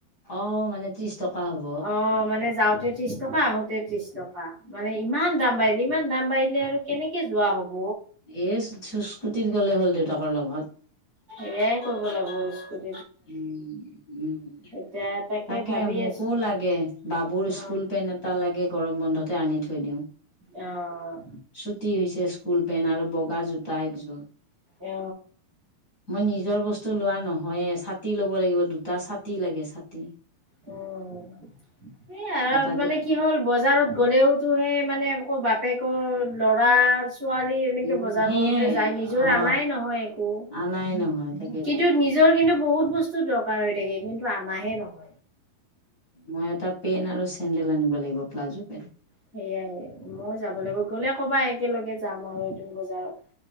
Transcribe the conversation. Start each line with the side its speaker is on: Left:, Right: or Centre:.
Left: অ', মানে ত্ৰিশ টকা হ'ব
Right: অ', মানে যাওঁতে ত্ৰিশ টকা আহোতে ত্ৰিশ টকা মানে ইমান দাম বাঢ়িলে ইমান দাম বাঢ়িলে আৰু কেনেকে যোৱা হব।
Left: এ, স্কুটিত গ'লে হ'ল দেউতাকৰ লগত।
Right: এয়ায়ে কৰিব লাগিব স্কু
Left: উম, উম।
Right: এতিয়া
Left: তাকে
Right: ভাবি
Left: মোকো
Right: আছো।
Left: লাগে, বাবুৰ
Right: অ
Left: স্কুল পেন্ট এটা লাগে গৰম বন্ধতে আনি থৈ দিওঁ।
Right: অ'।
Left: ছুটী হৈছে স্কুল পেন্ট আৰু বগা জোতা একযোৰ।
Right: অ অ
Left: মই নিজৰ বস্তু লোৱা নহয়ে, ছাতি ল'ব লাগিব দুটা ছা তি লাগে ছাতি।
Right: উম। হেয়া
Left: এটা
Right: মানে
Left: দে
Right: কি হ'ল বজাৰত গ'লেও টো হে মানে আকৌ বাপেকৰ ল'ৰা ছোৱালীৰ এনেকে
Left: উম
Right: বজাৰ
Left: সেয়ে
Right: কৰোতে যায় নিজৰ
Left: অ
Right: আনাই নহয় একো।
Left: আনাই নহয়। তাকেইতো
Right: কিন্তু নিজৰ কিন্তু বহুত বস্তু দৰকাৰ হৈ থাকে, কিন্তু আনাহে নহয়।
Left: মই এটা পেন আৰু চেণ্ডেল আনিব লাগিব প্লাজো পেন।
Right: সেয়াই মই যাব লাগিব গ'লে ক'বা একেলগে যাম আৰু এদিন বজাৰত।